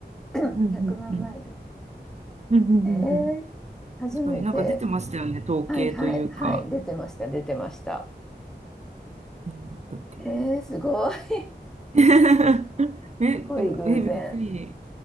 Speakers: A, in the centre; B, on the right.
A: <clears throat>
B: うんうんうんうん。
A: 100万マイル。
B: うんうんうんうん。
A: えー初めて、
B: 確かになんか出てましたよね、統計というか。
A: はいはいはい、出てました、出てました。
B: なんだったっけ
A: えー、すごい、す
B: な。<laughs> え、
A: ごい偶然。
B: でもえ、びっくり